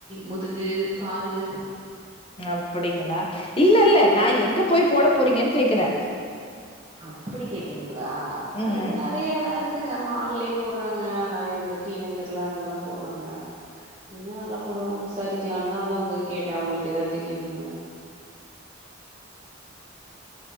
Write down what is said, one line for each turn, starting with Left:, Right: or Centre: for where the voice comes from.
Right: முதுகு காலு
Left: அப்படிங்களா இல்ல இல்ல நா எங்க போய் போட போறீங்கன் கேக்குறே
Right: அப்டி கேட்டீங்களா
Left: ம்
Right: அது நெறைய எடோ இருக்குங்க மால்லே போடுறாங்க நெறைய இந்த டி நகர்ல அங்கல்லாம் போடுறாங்க எங்க நல்லா போடுவான்னு விசாரிக்கலான்தா அதா உங்கட கேட்டே உங்களுக்கு எதாவ்து தெரியுமானு